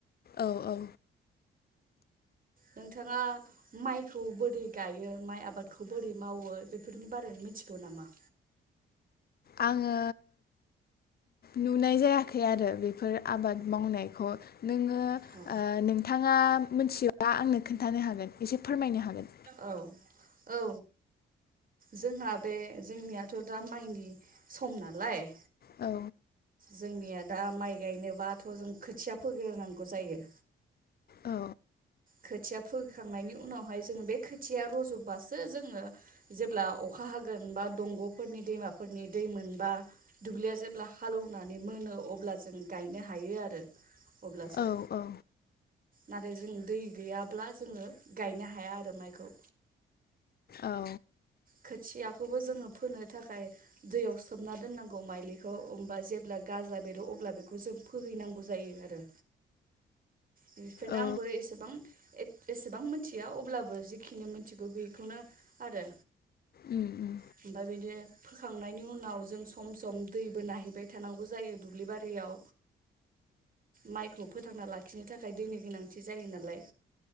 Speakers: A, on the left; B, on the right.
A: औ औ
B: नोंथाङा माइखौ बोरै गायो माइ आबादखौ बोरै मावो बेफोरनि बारै मिथिगौ नामा?
A: आङो नुनाय जायाखै आरो बेफोर आबाद मावनायखौ नोङो
B: औ
A: ओ नोंथाङा मिथिब्ला आंनो खोन्थानो हागोन एसे फोरमायनो हागोन।
B: औ औ जोंहा बे जोंनियाथ' दा माइनि सम नालाय
A: औ
B: जोंनिया दा माइ गायनोबाथ' जों खोथिया फोग्रोनांगौ जायो
A: औ
B: खोथिया फोखांनायनि उनावहाय जोङो बे खोथिया रज'बासो जोङो जेब्ला अखा हागोन बा दंग'फोरनि दैमाफोरनि दै मोनबा दुब्लिया जेब्ला हालौवनानै मोनो अब्ला जों गायनो हायो आरो अब्लासो
A: औ औ
B: नाथाय जों दै गैयाब्ला जोङो गायनो हाया आरो माइखौ
A: औ
B: खोथियाखौबो जोङो फोनो थाखाय दैयाव सोमना दोननांगौ माइलिखौ होमबा जेब्ला गाजा बेरो अब्ला बेखौ जों फोहैनांगौ जायो आरो बेनिफ्रायनो
A: औ
B: आंबो एसेबां एसेबां मिथिया अब्लाबो जिखिनि मिथिगौ बेखौनो आरो
A: उम उम
B: <unintelligible> फोखांनायनि उनाव जों सम सम दैबो नायहैबाय थानांगौ जायो दुब्लि बारियाव माइखौ फोथांना लाखि नो थाखाय दैनि गोनांथि जायो नालाय।